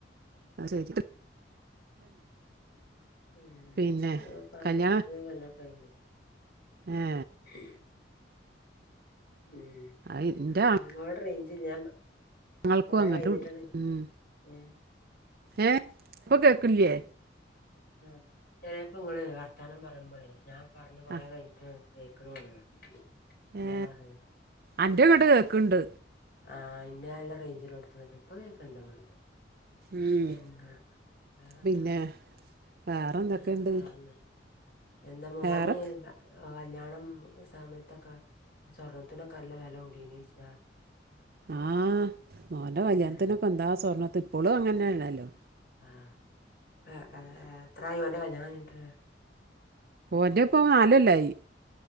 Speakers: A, on the right; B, on the left.
A: <unintelligible>
B: ഉം
A: പിന്നെ
B: പ
A: കല്യാണം
B: പത്തിരുപത് കൊല്ലവൊക്കെ കഴിഞ്ഞു <inaudible>
A: ഏ
B: ഉം
A: അത്
B: പിന്നെന്താ
A: എൻ്റെ
B: ഇങ്ങടവിടെ റേഞ്ചില്ലേ <unintelligible>
A: ആങ്ങൾക്കും
B: കുറെ
A: അങ്ങനെ
B: കഴിഞ്ഞിട്ടാണ്
A: ഉം
B: ഉം
A: ഏ ഇപ്പം കേക്കണില്ലേ
B: ആ ചിലപ്പോ നിങ്ങള് വർത്താനം പറയുമ്പോളേ ഞാൻ പറഞ്ഞ് കൊറേ
A: ആ
B: കഴിഞ്ഞിട്ടാണ് നിങ്ങക്ക് കേ ൾക്കണതെന്ന് തോന്നുന്നു എന്താ
A: ഏ അന്റെ ഇങ്ങട്ട് കേക്കണുണ്ട്
B: ആ ഇൻ്റെ നല്ല റേഞ്ച് ഉള്ളോടത്ത് നിക്കണ് ഇപ്പം കേൾക്കുന്നുണ്ട് ഇങ്ങളു ടേത്
A: ഉം
B: പിന്നേ വേറെന്താ
A: പിന്നെ വേറെ എന്തൊക്കെയുണ്ട്
B: ഞാനെന്താ പറയാൻ വന്നെ എന്താ മോന്
A: വേറെ
B: കല്യാണം സമയത്തൊക്കെ സ്വർണത്തിനൊക്കെ നല്ല വില കൂടിയോന്ന് ചോദിച്ചതാ
A: ആ മോന്റെ കല്യാണത്തിനൊക്കെ
B: ഏഹ്
A: എന്താ സ്വർണ്ണത്തി ഇപ്പോളും അങ്ങനെ ആണല്ലോ
B: ആ ഇപ്പോ എത്രയായി ഓന്റെ കല്യാണം കഴിഞ്ഞിട്ട്
A: ഓന്റെ ഇപ്പോ നാല് കൊല്ലായി